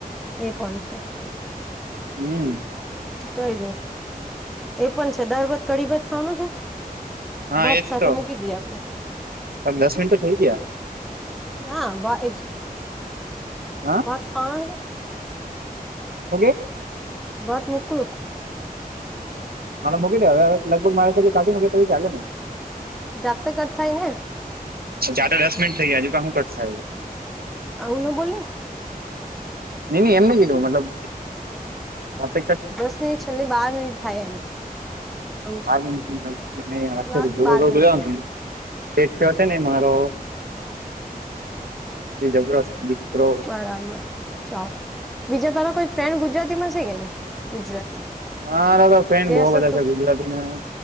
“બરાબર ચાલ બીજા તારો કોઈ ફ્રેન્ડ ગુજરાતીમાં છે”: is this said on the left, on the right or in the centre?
Centre